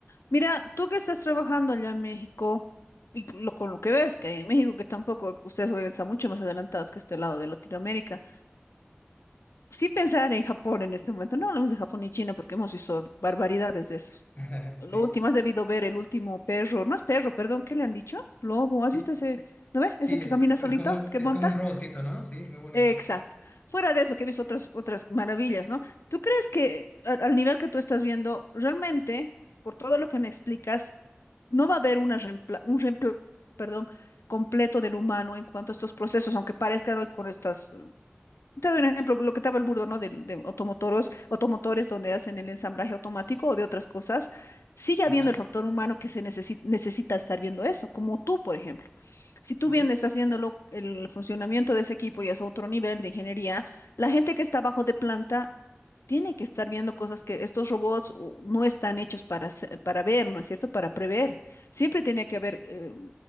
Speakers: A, on the left (about 80°); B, on the left (about 35°).
A: Mira, tú que estás trabajando allá en México, y lo, con lo que ves, que en México, que tampoco ustedes obviamente están mucho más adelantados que este lado de Latinoamérica, sí pensar en Japón en este momento, no hablamos de Japón y China porque hemos visto barbaridades de esos.
B: <laughs>
A: Lo
B: Sí,
A: último, has debido ver el último perro, no es perro, perdón, ¿qué le han dicho? Lobo,
B: sí,
A: ¿has visto ese, no ve?
B: sí,
A: Ese que
B: es,
A: camina
B: es,
A: solito,
B: es como,
A: que
B: es
A: monta.
B: como un robotcito, ¿no? Sí, muy bonito.
A: Exacto. Fuera de eso, que he visto otras, otras maravillas, ¿no? ¿Tú crees que a- al nivel que tú estás viendo, realmente, por todo lo que me explicas, no va a haber una reempla- un reemplazo, perdón, completo del humano en cuanto a estos procesos, aunque parezcan hoy con estas, eh, te doy un ejemplo, lo que estaba el burdo, ¿no? Del- De, automotoros, automotores donde hacen el ensamblaje automático o de otras cosas, sigue habiendo
B: Ajá,
A: el factor humano que se necesi- necesita estar viendo eso, como tú, por ejemplo. Si tú bien
B: sí
A: estás viendo lo- el funcionamiento de ese equipo y es otro nivel de ingeniería, la gente que está abajo de planta tiene que estar viendo cosas que estos robots uh, no están hechos para, se- para ver, ¿no es cierto? Para prever. Siempre tiene que haber eh,